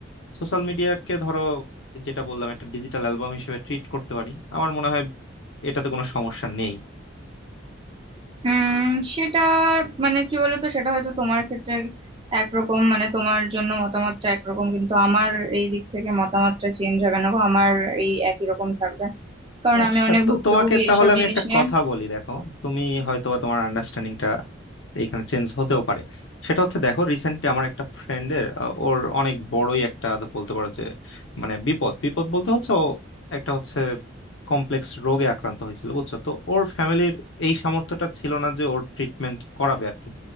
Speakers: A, on the left (about 70°); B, on the right (about 25°).
A: সোশ্যাল মিডিয়াকে ধরো যেটা বললাম একটা ডিজিটাল অ্যালবাম হিসেবে ট্রিট করতে পারি আমার মনে হয় এটাতে কোনো সমস্যা নেই
B: উম সেটা মানে কি বলতো সেটা হয়তো তোমার ক্ষেত্রে একরকম মানে তোমার জন্য মতামতটা একরকম কিন্তু আমার এই দিক থেকে মতামতটা চেঞ্জ হবে না গো আমার এই একই রকম থাকবে কারণ
A: আচ্ছা
B: আমি অনেক
A: তো
B: ভুক্তভোগী
A: তোমাকে তাহলে
B: এইসব
A: আমি
B: জিনিস
A: একটা
B: নিয়ে
A: কথা বলি দেখো তুমি হয়তোবা তোমার আন্ডারস্ট্যান্ডিংটা এখানে চেঞ্জ হতেও পারে সেটা হচ্ছে দেখো রিসেন্টলি আমার একটা ফ্রেন্ডের ওর অনেক বড়ই একটা তো বলতে পারো যে মানে বিপদ বিপদ বলতে হচ্ছে ও একটা হচ্ছে কমপ্লেক্স রোগে আক্রান্ত হয়েছিল বুঝছো তো ওর ফ্যামিলির এই সামর্থ্যটা ছিল না যে ওর ট্রিটমেন্ট করাবে আর কি